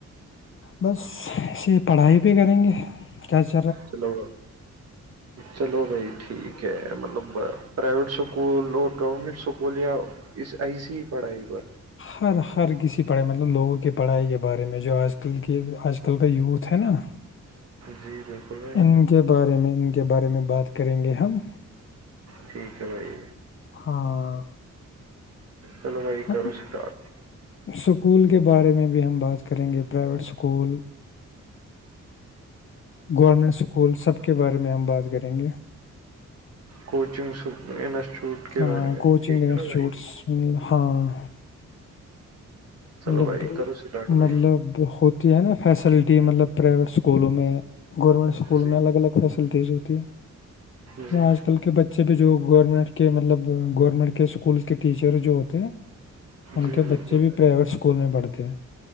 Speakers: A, on the left; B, on the right.
A: بس ایے پڑھائی بھی کریں گے کیا چ
B: چلوا
A: <inaudible>
B: چلو بھائی ٹھیک ہے مطلب پرائیویٹ اسکول اور گورنمنٹ اسکول یا اس ایسی ہی پڑھائی پر
A: ہر ہر کسی پڑھائی مطلب لوگوں کے پڑھائی کے بارے میں جو آج کل کے آج کل کا یوتھ ہے نا
B: جی بالکل
A: ان کے بارے میں ان کے بارے میں بات کریں گے ہم
B: ٹھیک ہے بھائی
A: ہاں
B: چلو بھائی
A: ہ
B: کرو اسٹارٹ
A: سکول کے بارے میں بھی ہم بات کریں گے پرائیویٹ اسکول گورمنٹ اسکول سب کے بارے میں ہم بات کریں گے
B: کوچنگ انسٹیٹیوٹ کے
A: ہاں
B: بارے میں
A: کوچنگ
B: ٹھیک
A: انسٹیٹیوٹس
B: ہے نا بھائی
A: ہاں
B: چلو
A: مطلب
B: بھائی کرو اسٹارٹ بھائی
A: مطلب جو ہوتی ہے نا فیسلٹی مطلب پرائیویٹ اسکولوں میں گورنمنٹ اسکول اسکول
B: جی
A: میں الگ الگ فیسلٹیز ہوتی ہے
B: جی
A: آج کل کے بچے پ جو گورنمنٹ کے مطلب گورنمنٹ کے اسکولس کے ٹیچر جو ہوتے ہیں ان
B: جی
A: کے
B: بالکل
A: بچے بھی پرائیویٹ اسکول میں پڑھتے ہیں